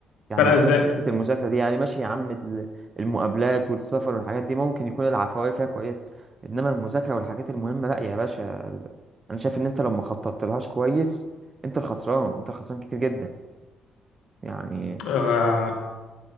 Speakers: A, on the right (about 30°); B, on the left (about 85°).
A: يعني
B: فرق
A: بالذات
B: ازاي
A: في حته المذاكره دي يعني ماشي يا عم ال- المقابلات والسفر والحاجات دي ممكن يكون العفويه فيها كويس انما المذاكره والحاجات المهمه لا يا باشا انا شايف ان انت لو ما خططتلهاش كويس انت الخسران انت الخسران كتير جدا يعني
B: آه،